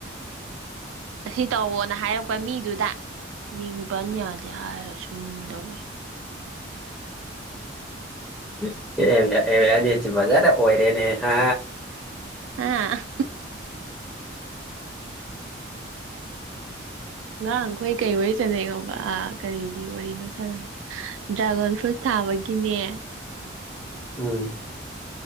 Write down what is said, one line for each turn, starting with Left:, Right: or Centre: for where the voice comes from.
Right: ꯑꯁꯤ ꯇꯧꯋꯣꯅ ꯍꯥꯏꯔꯛꯄ ꯃꯤꯗꯨꯗꯥ ꯃꯤꯡ ꯄꯟ ꯌꯥꯗꯦ ꯍꯥꯏꯔꯥ ꯁꯨꯝ ꯇꯧ ꯂꯩ
Centre: <unintelligible> ꯑꯦ ꯑꯦꯋꯥꯔꯅꯦꯆꯦ ꯐꯖꯅ ꯑꯣꯏꯔꯦꯅꯦ ꯍꯥ
Right: ꯍꯥ ꯉꯥꯡ ꯈꯣꯏ ꯀꯩ ꯋꯥꯔꯤ ꯁꯥꯟꯅꯩ ꯈꯪꯕ ꯑꯥ ꯀꯔꯤꯒꯤ ꯋꯥꯔꯤꯅꯣ ꯁꯥꯟꯅꯕꯅꯣ ꯗ꯭ꯔꯥꯒꯣꯟ ꯐ꯭ꯔꯨꯠ ꯊꯕꯒꯤꯅꯦ
Centre: ꯎꯝ